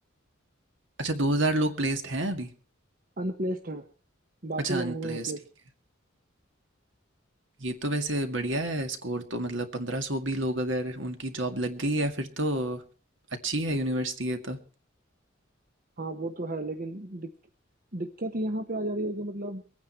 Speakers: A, on the right; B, on the right.
A: अच्छा 2000 लोग प्लेस्ड हैं अभी
B: अनप्लेस्ड है बाकी
A: अच्छा
B: लोग
A: अनप्लेस्ड
B: हुए हैं प्लेस्ड
A: ठीक है ये तो वैसे बढ़िया है स्कोर तो मतलब 1500 भी लोग अगर उनकी जॉब लग गई है फिर तो अच्छी है यूनिवर्सिटी ये तो
B: हाँ वो तो है लेकिन दिक, दिक्कत यहाँ पे आ जा रही है कि मतलब